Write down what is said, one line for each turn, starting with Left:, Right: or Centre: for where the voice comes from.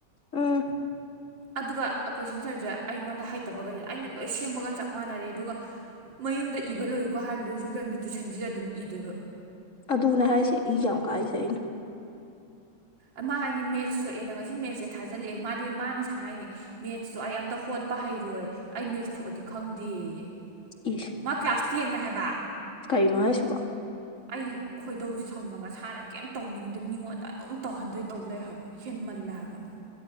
Left: ꯎꯝ
Right: ꯑꯗꯨꯒ ꯀꯣꯏꯁꯟ ꯁꯥꯔꯁꯦ ꯑꯩꯉꯣꯟꯗ ꯍꯩꯇꯕꯒꯗꯤ ꯑꯩꯅ ꯂꯣꯏ ꯁꯦꯝꯕꯒ ꯆꯞ ꯃꯥꯟꯅꯔꯦ ꯑꯗꯨꯒ ꯃꯌꯨꯝꯗ ꯏꯕ ꯂꯣꯏꯌꯨꯀꯣ ꯍꯥꯏꯔ ꯂꯣꯏꯁꯨ ꯂꯣꯏꯔꯝꯗ ꯇꯨꯏꯁꯟꯁꯤꯗ ꯑꯗꯨꯝ ꯏꯗꯣꯏꯕ
Left: ꯑꯗꯨꯅꯦ ꯍꯥꯏꯁꯦ ꯏ ꯌꯥꯝꯨ ꯀ ꯍꯥꯏꯁꯦ ꯑꯩꯅ
Right: ꯑꯃꯥ ꯍꯥꯏꯅꯤ ꯃꯦꯠꯁ ꯁꯣꯛꯑꯦꯅ ꯉꯁꯤ ꯃꯦꯠꯁꯦ ꯊꯥꯖꯤꯜꯂꯛꯑꯦ ꯃꯥꯗꯤ ꯃꯥ ꯉ ꯍꯥꯏꯅꯤ ꯃꯦꯠꯁꯇꯣ ꯑꯩ ꯑꯝꯇ ꯍꯣꯠꯄ ꯍꯩꯔꯣꯏ ꯑꯩ ꯃꯦꯠꯁ ꯊꯣꯛꯑꯗꯤ ꯈꯪꯗꯦꯌꯦ
Left: ꯏꯁꯦ
Right: ꯃꯥ ꯀ꯭ꯂꯥꯁꯇꯤꯅ ꯍꯥꯏꯕ ꯕ
Left: ꯀꯔꯤꯅꯣ ꯍꯥꯏꯁꯤꯕꯣ
Right: ꯑꯩ ꯈꯣꯏꯗꯧꯁꯦ ꯁꯪꯉ ꯃꯁꯥꯅ ꯀꯩꯝ ꯇꯧꯅꯤꯡꯗꯦ ꯃꯤꯉꯣꯟꯗ ꯑꯗꯨꯝ ꯇꯧꯍꯟꯗꯣꯏ ꯇꯧ ꯂꯩꯩ ꯍꯥꯏꯕ ꯍꯦꯟꯃꯜꯂꯦ ꯍꯥꯏꯕ